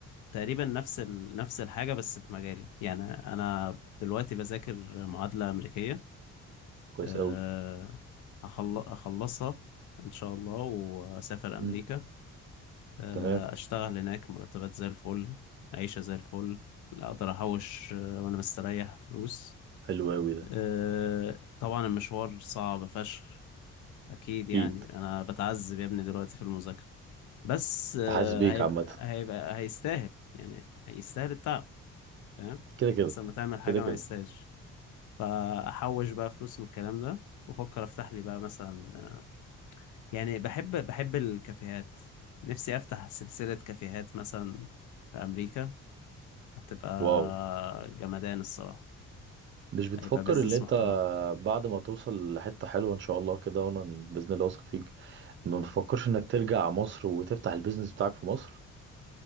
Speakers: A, on the left; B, on the right.
A: تقريبا نفس ال... نفس الحاجه بس في مجالي يعني انا دلوقتي بذاكر معادله امريكيه
B: كويس
A: أه...
B: قوي
A: أخل... اخلصها ان شاء الله واسافر امريكا
B: امم
A: أه...
B: تمام
A: اشتغل هناك مرتبات زي الفل عيشه زي الفل لا اقدر احوش آه، وانا مستريح فلوس
B: حلو قوي ده
A: أه... طبعا المشوار صعب فشخ اكيد
B: اكيد
A: يعني انا بتعذب يا ابني دلوقتي في المذاكره بس آه،
B: حاسس بيك
A: هيبقى
B: عامه
A: هيبقى هيستاهل يعني هيستاهل التعب فاهم
B: كده كده
A: احسن ما تعمل حاجه
B: كده كده
A: ما يستاهلش فاحوش بقى فلوس من الكلام ده وافكر افتح لي بقى مثلا آه، يعني بحب بحب الكافيهات نفسي افتح سلسله كافيهات مثلا في امريكا هتبقى
B: واو
A: جمدان الصراحه
B: مش بتفكر
A: هيبقى بيزنس
B: ان انت
A: محترم
B: بعد ما توصل لحته حلوه ان شاء الله كده وانا باذن الله واثق فيك ما بتفكرش انك ترجع مصر وتفتح البيزنس بتاعك في مصر